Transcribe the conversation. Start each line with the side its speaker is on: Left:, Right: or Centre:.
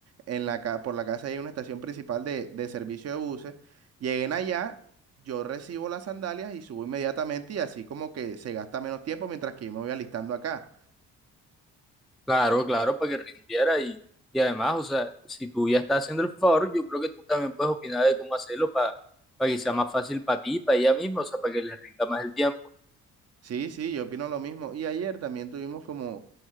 Right: en la, ca- por la casa hay una estación principal de, de servicio de buses. Lleguen allá, yo recibo las sandalias y subo inmediatamente y así como que se gasta menos tiempo mientras que yo me voy alistando acá.
Centre: Claro, claro, para que rindiera. Y, y además, o sea, si tú ya estás haciendo el favor, yo creo que tú también puedes opinar de cómo hacerlo para, para que sea más fácil para ti, para ella misma, o sea, para que le rinda más el tiempo.
Right: Sí, sí, yo opino lo mismo. Y ayer también tuvimos como,